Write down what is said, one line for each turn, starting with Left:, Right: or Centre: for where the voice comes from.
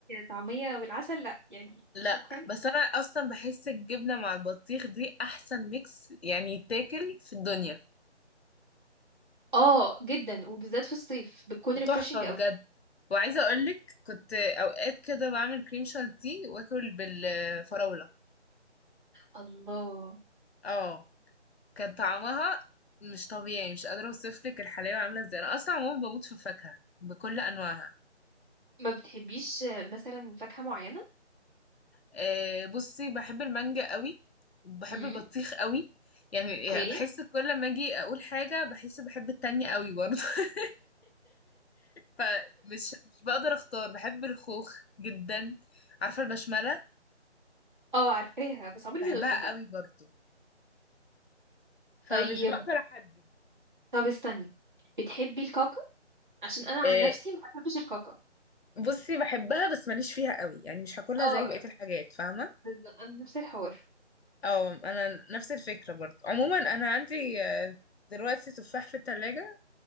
Right: طعميه بالعسل لا يعني
Left: لا
Right: شكرا
Left: بس انا اصلا بحس الجبنة مع البطيخ دي احسن ميكس يعني يتاكل في الدنيا
Right: اه جدا وبالذات في الصيف بتكون ريفريشنج
Left: تحفة بجد
Right: قوي
Left: وعايزة اقولك كنت اوقات كده بعمل كريم شانتيه واكل بالفراولة
Right: الله
Left: اه كان طعمها مش طبيعي مش قادرة اوصف لك الحلاوة عاملة ازاي انا اصلا عموما بموت في الفاكهة بكل انواعها
Right: ما بتحبيش آه، مثلا فاكهه معينه
Left: أه بصي بحب المانجا قوي وبحب
Right: امم
Left: البطيخ قوي يعني
Right: اوكي
Left: بحس كل ما اجي اقول حاجة بحس بحب التانية قوي برضه <laughs> فمش مش بقدر اختار بحب الخوخ جدا عارفة البشملة
Right: اه عارفاها بس عمري
Left: بحبها
Right: ما دقتها
Left: قوي برضه فمش
Right: طيب
Left: بقدر احدد
Right: طب استني بتحبي الكاكا عشان انا عن
Left: أه
Right: نفسي ما بحبش الكاكا
Left: بصي بحبها بس ماليش فيها قوي يعني مش هاكلها
Right: اه
Left: زي بقية الحاجات فاهمة
Right: بز- انا نفس الحوار
Left: اه انا نفس الفكره برضه عموما انا عندي آه، دلوقتي تفاح في التلاجة